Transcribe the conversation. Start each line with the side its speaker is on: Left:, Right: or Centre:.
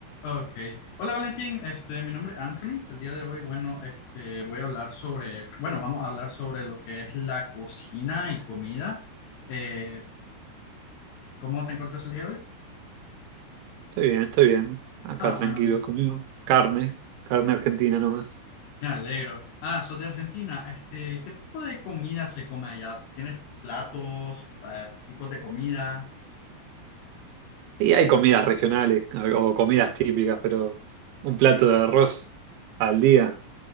Left: Ok. Hola Valentín, este, mi nombre es Anthony. El día de hoy, bueno, este, voy a hablar sobre, bueno, vamos a hablar sobre lo que es la cocina y comida. Eh, ¿cómo te encuentras el día de hoy?
Right: Estoy bien, estoy bien. Acá
Left: Ah,
Right: tranquilo,
Left: bueno,
Right: comiendo carne, carne argentina nomás.
Left: me alegro. Ah, sos de Argentina. Este, ¿qué tipo de comida se come allá? ¿Tienes platos, eh, tipos de comida?
Right: Y hay comidas regionales o comidas típicas, pero un plato de arroz al día,